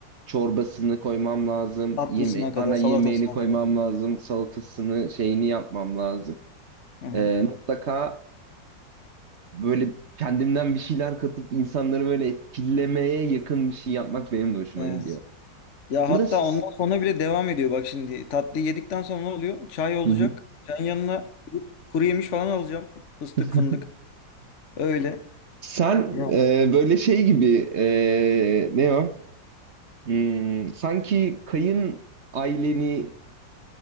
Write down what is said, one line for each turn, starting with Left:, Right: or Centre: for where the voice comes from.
Right: Çorbasını koymam lazım.
Left: Tatlısına
Right: Yeme
Left: kadar,
Right: ana
Left: salatasına
Right: yemeğini koymam
Left: kadar.
Right: lazım. Salatasını, şeyini yapmam lazım.
Left: Hı hı.
Right: Ee, mutlaka böyle kendimden bir şeyler katıp insanları böyle etkilemeye yakın bir şey yapmak benim de hoşuma
Left: Evet.
Right: gidiyor.
Left: Ya
Right: Burada
Left: hatta
Right: siz.
Left: ondan sonra bile devam ediyor. Bak şimdi tatlıyı yedikten sonra ne oluyor? Çay olacak.
Right: Hı hı.
Left: Çayın yanına kuru yemiş falan alacağım. Fıstık
Right: <laughs>
Left: fındık. Öyle.
Right: Sen
Left: Ya.
Right: e, böyle şey gibi e, ne o? Hmm, sanki kayın aileni